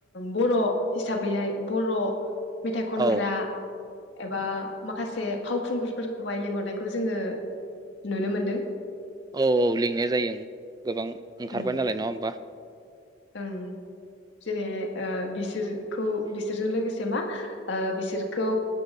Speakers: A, on the left (about 65°); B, on the right (about 20°).
A: बर' हिसाबैहाय बर' मेथाइ खनग्रा
B: औ
A: एबा माखासे फावखुंगुरफोरखौहाय लिंहरनायखौ जोङो नुनो मोनदों।
B: औ औ लिंनाय जायो ओं गोबां ओंखारबाय
A: ओं
B: नालाय नङा होमबा
A: ओं जेरैहाय ओ बिसोर खौ बिसोरजों लोगोसे मा ओ बिसोरखौ